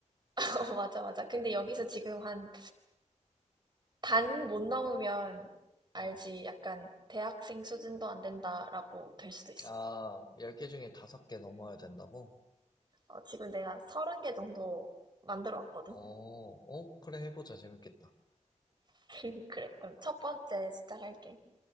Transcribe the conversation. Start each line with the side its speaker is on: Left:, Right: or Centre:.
Right: <laughs> 어, 맞아, 맞아. 근데 여기서 지금 한 반 못 넘으면 알지.
Left: 응.
Right: 약간 대학생 수준도 안 된다라고 될 수도 있어.
Left: 아, 10개 중에 5개 넘어야 된다고?
Right: 어, 지금 내가 서른 개 정도 만들어 왔거든?
Left: 어, 어, 그래. 해보자. 재밌겠다.
Right: <laughs> 그래, 그럼 첫 번째 시작할게.